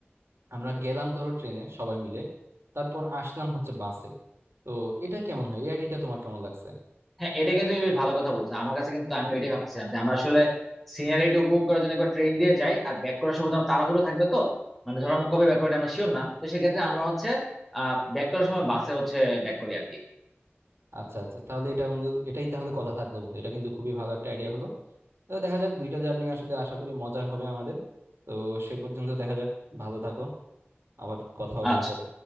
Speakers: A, on the right (about 70°); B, in the centre.
A: আমরা গেলাম ধরো ট্রেনে সবাই মিলে তারপর আসলাম হচ্ছে বাসে তো এটা কেমন হয় এই আইডিয়াটা তোমার কেমন লাগছে
B: হ্যাঁ এটা কিন্তু তুমি বেশ ভালো কথা বলছো আমার কাছে কিন্তু আমি এটাই ভাবছিলাম যে আমরা আসলে সিনারিটা উপভোগ করার জন্য একবার ট্রেন দিয়ে যাই আর ব্যাক করার সময় তো আমার তাড়াহুড়ো থাকবে তো মানে ধরো আমরা কবে ব্যাক করবে আমরা শিওর না তো সেক্ষেত্রে আমরা হচ্ছে আহ ব্যাক করার সময় বাসে হচ্ছে ব্যাক করি আর কি
A: আচ্ছা আচ্ছা তাহলে এটা বন্ধু এটাই তাহলে কথা থাকলো বন্ধু এটা কিন্তু খুবই ভালো একটা আইডিয়া হলো তো দেখা যাক দুইটা জার্নি আসলে আশা করি মজার হবে আমাদের তো সে পর্যন্ত দেখা যাক ভালো থাকো আবার কথা হবে
B: আচ্ছা
A: না পরে